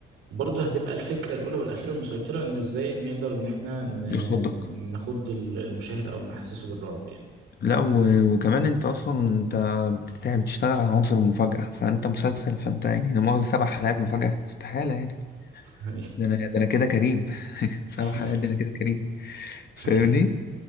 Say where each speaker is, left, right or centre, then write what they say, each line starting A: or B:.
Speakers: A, on the right (about 90°); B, on the left (about 55°).
A: برضه هتبقى الفكرة الأولى والأخيرة المسيطرة إن إزاي نقدر إن إحنا ن-
B: يخضك
A: نخض المشاهد أو نحسسه بالرعب يعني
B: لا و... وكمان انت اصلا انت بتت- بتشتغل على عنصر المفاجأة فانت مسلسل فانت يعني لا مؤاخذة سبع حلقات مفاجأة استحالة يعني
A: <laughs> أيوه
B: ده انا ده انا كده كريم <laughs> سبع
A: <laughs>
B: حلقات ده انا كده كريم فاهمني
A: أيوه